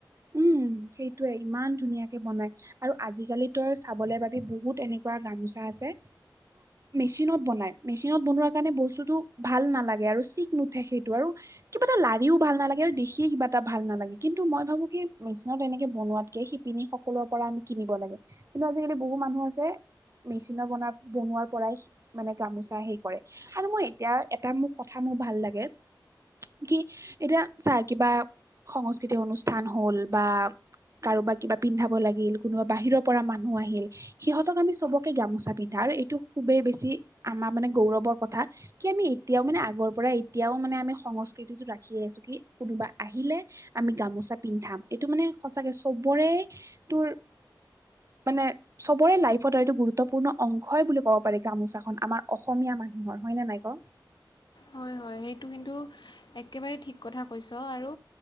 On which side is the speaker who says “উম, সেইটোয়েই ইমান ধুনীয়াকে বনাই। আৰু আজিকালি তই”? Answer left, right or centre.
Right